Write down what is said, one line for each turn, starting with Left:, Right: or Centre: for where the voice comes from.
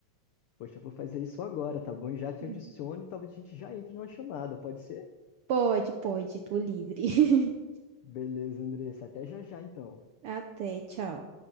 Left: Poxa, eu vou fazer isso agora, tá bom? E já te
Right: Uhum.
Left: adiciono e talvez a gente já entre numa chamada, pode ser?
Right: Pode, pode, tô livre. <laughs>
Left: Beleza, Andressa, até já já então.
Right: Até, tchau.